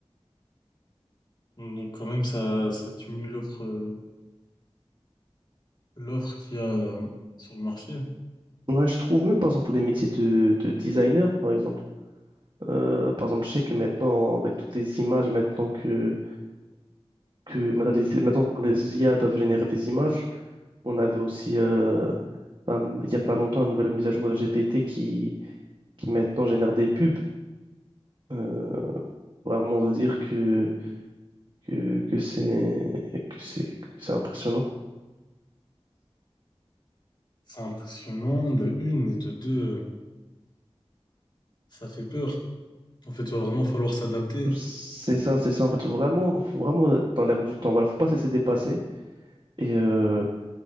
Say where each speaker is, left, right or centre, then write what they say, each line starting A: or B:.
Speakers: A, on the left (about 45°); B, on the right (about 50°).
A: Donc, quand même, ça, ça diminue l'offre, euh, l'offre qu'il y a euh, sur le marché.
B: Ouais, je trouve même, par exemple, pour les métiers de, de designer, par exemple. Euh, par exemple, je sais que maintenant, avec toutes les images, maintenant que, que maintenant, les, maintenant les IA peuvent générer des images, on avait aussi, euh, ben, il n'y a pas longtemps, la nouvelle mise à jour de la GPT qui, qui maintenant génère des pubs. Euh, vraiment de dire que, que, que c'est que c'est que c'est impressionnant.
A: C'est impressionnant de une et de deux. euh, Ça fait peur. En fait, il va vraiment falloir s'adapter.
B: C'est ça, c'est ça. En fait, faut vraiment, faut vraiment être dans l'air du temps. Voilà, faut pas cesser de dépasser. Et, euh,